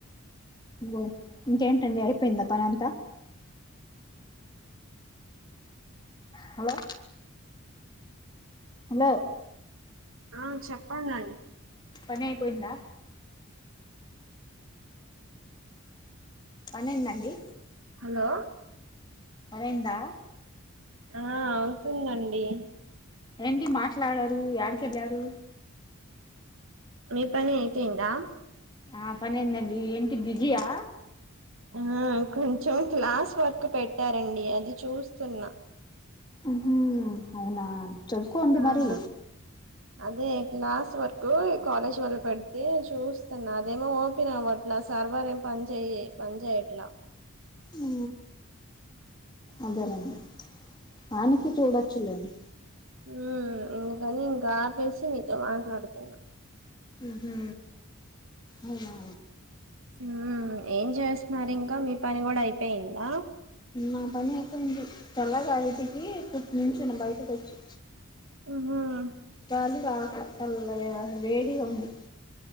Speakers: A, on the left; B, on the right.
A: బో ఇంకేంటండి అయిపోయిందా పని అంతా హలో హలో
B: ఆ చెప్పండిండి
A: పని అయిపోయిందా పని అయిందా అండి
B: హలో
A: పనైందా
B: ఆ అవుతుందండి
A: ఏంటి మాట్లాడరు ఎడికెళ్ళారు
B: మీ పని అయిపోయిందా
A: నా పని అయింది అండి ఏంటి బిజీయా
B: ఆ కొంచెం క్లాస్ వర్క్ పెట్టారండి అది చూస్తున్నా
A: ఉహు అవునా చదువుకోండి
B: ఆ
A: మరి
B: అదే క్లాస్ వరకు ఈ కాలేజ్ వల్ల పెడితే చూస్తున్న అదేమో ఓపన్ అవ్వట్లా సార్ సర్వర్ ఏం పని చేయి పనించయట్లా
A: ఉ అదేలేండి ఆయననికి చూడొచ్చులేండి
B: ఉ అందుకని ఇంకా ఆపేసి మీతో మాట్లాడుతున్నా
A: ఉహు అవునా
B: ఉ ఏం చేస్తున్నారు ఇంకా మీ పని కూడా అయిపోయిందా
A: మా పని అయిపోయింది చల్లగా ఇటికి నించున బయటకు వచ్చి
B: ఆహా
A: గాలి రావట్ల చల్ల వేడిగా ఉంంది